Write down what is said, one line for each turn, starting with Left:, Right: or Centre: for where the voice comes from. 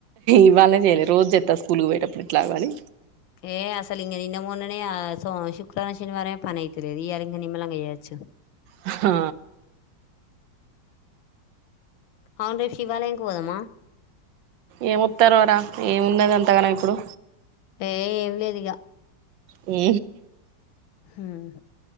Right: ఇవాళ చేయ్యలే రోజు చెస్తా స్కూల్కి పోయేటప్పుడు ఇట్లాగాని
Left: ఏ అసలు ఇం నిన్న మొన్ననే శుక్రారం శనివారంమే పనైతలేదు ఇయాల నిమ్మల్లాంగా వచ్చు
Right: హ
Left: అవును రేప్ శివాలయంనికి పోదమా
Right: ఏమొస్తారురా ఏముంనది అంతాగానం ఇప్పుడు
Left: ఏ ఏం లేదు ఇక
Right: ఆ
Left: ఉమ్